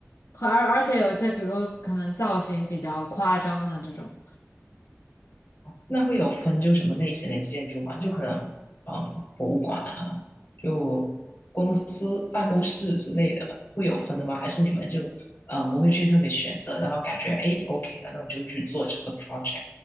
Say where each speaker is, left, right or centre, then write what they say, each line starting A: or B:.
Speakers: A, on the left (about 85°); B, on the left (about 50°).
A: 和而而且有一些，比如可能造型比较夸张的这种。
B: 那会有分就什么类型的建筑吗？就可能，嗯，博物馆啊，就公司办公室之类的，会有分的吗？还是你们就，呃，不会去特别选择，然后感觉，哎，OK 了，那我就去做这个 project。